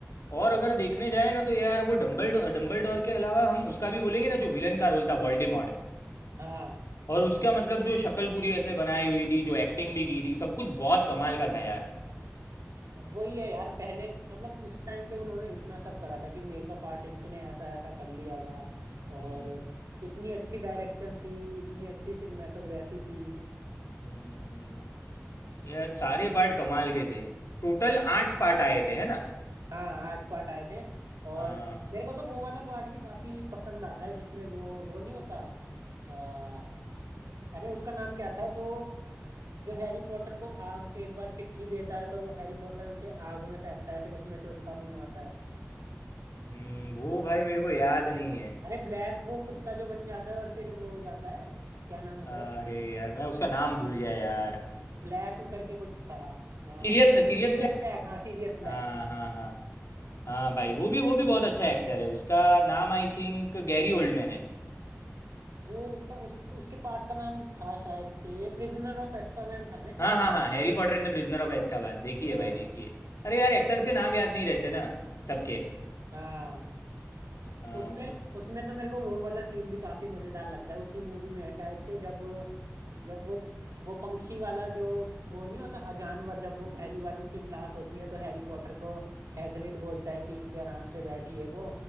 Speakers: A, on the left; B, on the right.
A: और अगर देखने जाए ना तो यार वो डम्बल डम्बल डोर के अलावा हम उसका भी बोलेंगे ना जो विलन का रोल था वोल्डेमॉर्ट
B: हाँ
A: और उसका मतलब जो शक्ल पूरी ऐसे बनाई हुई थी जो एक्टिंग भी की थी सब कुछ बहुत कमाल का था यार
B: अब वही है यार पहले मतलब उस टाइम पे उन्होंने इतना सब करा था कि मेकअप आर्टिस्ट ने ऐसा ऐसा कर लिया था
A: हम्म,
B: और इतनी अच्छी डायरेक्शन थी इतनी अच्छी सिनेमेटोग्राफी थी
A: हम्म, यार सारे पार्ट कमाल के थे टोटल आठ पार्ट आए थे है ना
B: हाँ आठ पार्ट आए थे और
A: हाँ
B: मेरे को तो वो वाला पार्ट भी काफी पसंद आता है जिसमें वो वो नहीं होता आ, अरे उसका नाम क्या था जो जो हैरी पॉटर को आग एक बार चिट्ठी देता है तो हैरी पॉटर उसे आग में फेंकता है फिर उसमें से उसका मुंह आता है
A: हम्म, वो भाई मेरे को याद नहीं है
B: अरे ब्लैक वो कुत्ता जो बन जाता है और फिर वो हो जाता है क्या नाम होता
A: अरे
B: है उसका
A: यार मैं उसका नाम भूल गया यार
B: ब्लैक करके कुछ था मैं
A: Sirius Sirius
B: सीरियस
A: Black
B: ब्लैक हाँ सीरियस ब्लैक
A: हाँ हाँ हाँ हाँ भाई वो भी वो भी बहुत अच्छा एक्टर है उसका नाम आई थिंक गैरी ओल्डमैन है
B: वो उसका उस, उसके पार्ट का नाम था शायद से प्रिजनर ऑफ एस्कावेन था ना
A: हाँ
B: शायद
A: हाँ
B: वो
A: हाँ Harry Potter and the prisoner of एazkaban देखिए
B: हाँ
A: भाई देखिए अरे यार एक्टर्स के नाम याद नहीं रहते ना सबके
B: हाँ
A: हाँ
B: उसमें
A: भाई
B: उसमें तो मेरे को वो वाला सीन भी काफी मजेदार लगता है उसी मूवी में है शायद से जब जब वो वो पंक्षी वाला जो वो नहीं होता अ, जानवर जब वो पहली बार उनकी क्लास होती है तो हैरी पॉटर को हैग्रिड बोलता है कि इस पे आराम से बैठिए वो